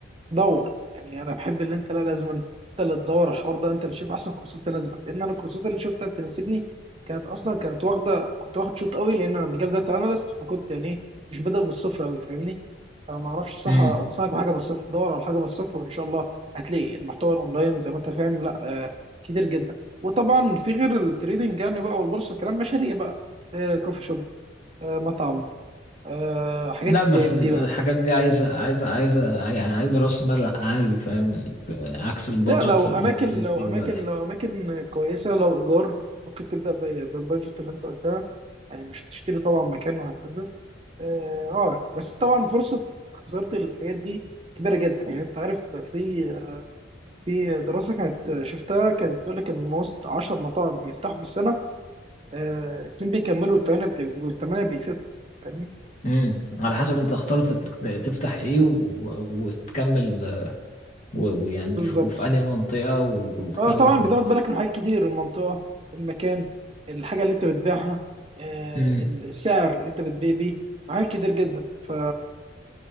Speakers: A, on the right (about 30°); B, on the left (about 40°).
A: دور يعني انا بحب اللي انت لا لازم انت اللي تدور الحوار ده انت اللي تشوف احسن كورسات تناسبك لان انا الكورسات اللي شفتها تناسبني كانت اصلا كانت واخده كنت واخد شوط قوي لان انا مجال داتا اناليست فكنت يعني إيه، مش بادئ من الصفر قوي فاهمني فما اعرفش صح
B: امم
A: انصحك بحاجه من الصفر دور على حاجه من الصفر وان شاء الله هتلاقي المحتوى الاونلاين زي ما انت فاهم لا آه كتير جدا وطبعا في غير التريدنج يعني بقى والبورصه كلام مشاريع بقى آه كوفي شوب آه مطعم آه حاجات
B: لا
A: زي
B: بس
A: من
B: ال-
A: دي بقى
B: الحاجات دي عايزه عايزه عايزه يعني عايزه راس مال عالي فاهم ف- عكس البادجت
A: لا لو
B: اللي
A: اماكن
B: بنتكلم
A: لو
B: فيه
A: اماكن
B: دلوقتي
A: لو اماكن كويسه لو ايجار ممكن تبدا ب- بالبادجت اللي انت قلتها يعني مش هتشتري طبعا مكان وهكذا اه آه، بس طبعا فرصه خساره الحاجات دي كبيره جدا يعني انت عارف في في دراسه كانت شفتها كانت بتقول لك ان من وسط 10 مطاعم بيفتحوا في السنه آه، اتنين بيكملوا والثمانيه والثمانيه بيقفلوا فاهمني؟
B: امم على حسب انت اخترت تت- تفتح ايه و... و- وتكمل و- ويعني
A: بالظبط
B: في... وفي انهي منطقة وال- والكلام
A: اه طبعا
B: ده كله
A: بتاخد بالك من حاجات كتير المنطقة المكان الحاجة اللي انت بتبيعها آه،
B: امم
A: السعر اللي انت بتبيع بيه حاجات كتير جدا ف...